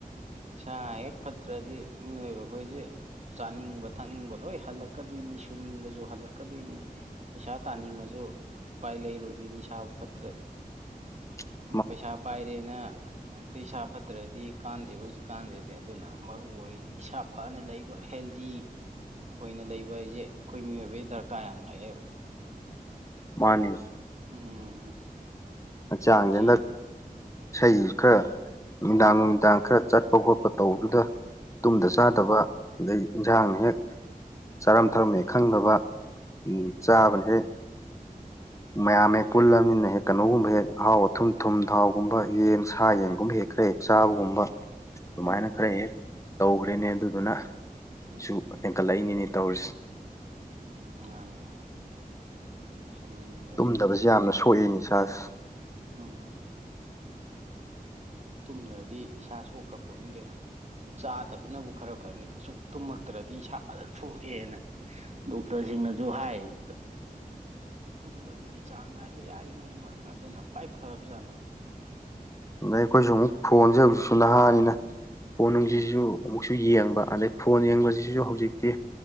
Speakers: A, on the right; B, on the left.
A: ꯢꯁꯥ ꯍꯦꯛ ꯐꯠꯇ꯭ꯔꯗꯤ ꯃꯤꯑꯣꯏꯕ ꯑꯩꯈꯣꯏꯖꯤ ꯆꯥꯅꯤꯡꯕ ꯊꯛꯅꯤꯡꯕ ꯂꯣꯏ ꯍꯜꯂꯛꯀꯗꯣꯏꯅꯤ ꯁꯨꯅꯤꯡꯕꯖꯨ ꯍꯜꯂꯛꯀꯗꯣꯏꯅꯤ ꯄꯩꯁꯥ ꯇꯥꯅꯤꯡꯉꯖꯨ ꯎꯄꯥꯏ ꯂꯩꯔꯣꯏꯗꯣꯏꯅꯤ ꯏꯁꯥꯕꯨ ꯐꯠꯇ꯭ꯔꯗꯤ
B: <inaudible>
A: ꯎꯝ ꯄꯩꯁꯥ ꯄꯥꯏꯔꯦꯅ ꯑꯗꯩ ꯏꯁꯥ ꯐꯠꯇ꯭ꯔꯗꯤ ꯀꯥꯟꯗꯦꯕ ꯍꯧꯖꯤꯛ ꯀꯥꯟꯗ‌ꯦꯗ ꯑꯗꯨꯅ ꯃꯔꯨ ꯑꯣꯏꯔꯤꯖꯤ ꯏꯁꯥ ꯐꯅ ꯂꯩꯕ ꯍꯦꯜꯗꯤ ꯑꯣꯏꯅ ꯂꯩꯕ ꯍꯥꯏꯁꯤ ꯑꯩꯈꯣꯏ ꯃꯤꯑꯣꯏꯕꯒꯤ ꯗꯔꯀꯥꯔ ꯌꯥꯝꯅ ꯂꯥꯛꯑꯦꯕ
B: ꯃꯥꯅꯤ
A: ꯎꯝ
B: ꯍꯛꯆꯥꯡꯖꯤ
A: ꯎꯆꯤ
B: ꯍꯟꯗꯥꯛ ꯏꯁꯩ ꯈꯔ ꯅꯨꯡꯃꯤꯗꯥꯡ
A: ꯎꯝ
B: ꯅꯨꯡꯃꯤꯗꯥꯡ ꯈꯔ ꯆꯠꯄ ꯈꯣꯠꯄ ꯇꯧꯕꯗꯨꯗ ꯇꯨꯝꯗ
A: ꯎꯝ
B: ꯆꯥꯗꯕ ꯑꯗꯩ ꯏꯟꯖꯥꯡ ꯍꯦꯛ ꯆꯥꯔꯝ ꯊꯥꯔꯝ ꯍ‌ꯦꯛ ꯈꯪꯗꯕ ꯎꯝ ꯆꯥꯕꯅ ꯍꯦꯛ ꯃꯌꯥꯝ ꯍꯦꯛ ꯄꯨꯜꯂꯕꯅꯤꯅ ꯍꯦꯛ ꯀꯩꯅꯣꯒꯨꯝꯕ ꯃꯍꯦꯛ ꯑꯍꯥꯎ ꯑꯊꯨꯝ ꯊꯨꯝ ꯊꯥꯎꯒꯨꯝꯕ ꯌꯦꯟ ꯁꯥ ꯌꯦꯟꯒꯨꯝꯕ ꯍꯦꯛ ꯈꯔ ꯍꯦꯛ ꯆꯥꯕꯒꯨꯝꯕ ꯑꯗꯨꯃꯥꯏꯅ
A: ꯎꯝ
B: ꯈꯔ ꯍꯦꯛ ꯇꯧꯈ꯭ꯔꯦꯅꯦ ꯑꯗꯨꯗꯨꯅ
A: ꯎꯝ
B: ꯁꯨ ꯍꯦꯟꯀꯠꯂꯛꯏꯅꯤꯅꯦ ꯇꯧꯔꯤꯁꯦ
A: ꯎꯝ ꯃꯥꯟꯅꯦ ꯆꯨꯝꯃꯤꯅꯤ ꯑꯗꯨꯖꯨ
B: ꯗꯕꯖꯤ ꯌꯥꯝꯅ ꯁꯣꯛꯏꯅꯤ ꯏꯁꯥꯖꯤ
A: ꯎꯝ ꯇꯨꯝꯗ꯭ꯔꯗꯤ ꯏꯁꯥ ꯁꯣꯛꯈ꯭ꯔ ꯄꯣꯠꯅꯤ ꯀꯩꯅꯣ ꯆꯥꯗꯕꯅꯕꯨ ꯈꯔ ꯐꯅꯤ ꯁꯨꯝ ꯇꯨꯝꯃꯛꯇ꯭ꯔꯗꯤ ꯏꯁꯥ ꯐꯖꯅ ꯁꯣꯛꯑꯦꯅ ꯗꯣꯛꯇꯔꯖꯤꯡꯅꯖꯨ ꯍꯥꯏ ꯑꯗꯣ ꯇꯨꯝꯕꯁꯤꯗꯤ ꯆꯥꯡ ꯅꯥꯏꯕ ꯌꯥꯔꯤꯉꯩ ꯃ ꯑꯗꯨꯅ ꯈ꯭ꯋꯥꯏ ꯐꯔꯕꯖꯥꯠꯅꯤ
B: ꯑꯗꯩ ꯑꯩꯈꯣꯏꯖꯨ ꯑꯃꯨꯛ ꯐꯣꯟꯖ‌ꯦ ꯍꯧꯖꯤꯛꯁꯤ ꯅꯍꯥꯅꯤꯅ ꯐꯣꯟ ꯅꯨꯡꯖꯤꯖꯨ
A: ꯎꯝ
B: ꯑꯃꯨꯛꯁꯨ ꯌꯦꯡꯕ ꯑꯗꯩ ꯐꯣꯟ ꯌꯦꯡꯕꯁꯤꯁꯨ ꯍꯧꯖꯤꯛꯇꯤ